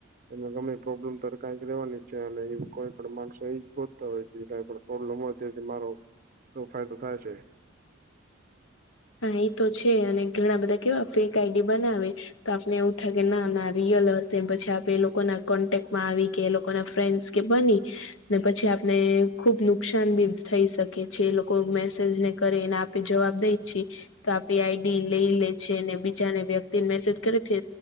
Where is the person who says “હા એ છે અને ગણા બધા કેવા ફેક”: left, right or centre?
Left